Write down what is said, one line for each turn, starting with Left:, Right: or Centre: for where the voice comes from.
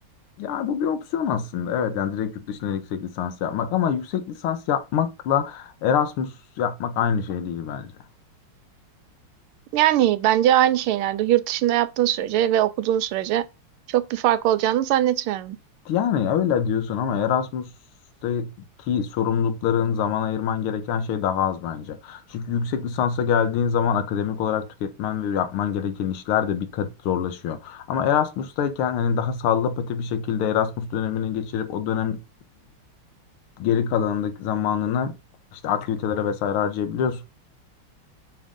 Left: Ya bu bir opsiyon aslında. Evet yani direkt yurt dışında yüksek lisans yapmak ama yüksek lisans yapmakla Erasmus yapmak aynı şey değil bence.
Right: Yani bence aynı şeylerde yurt dışında yaptığın sürece ve okuduğun sürece çok bir fark olacağını zannetmiyorum.
Left: Yani öyle diyorsun ama Erasmus'taki sorumlulukların zaman ayırman gereken şey daha az bence. Çünkü yüksek lisansa geldiğin zaman akademik olarak tüketmen ve yapman gereken işler de bir kat zorlaşıyor. Ama Erasmus'tayken hani daha sallapati bir şekilde Erasmus dönemini geçirip o dönem geri kalanındaki zamanını işte aktivitelere vesaire harcayabiliyorsun.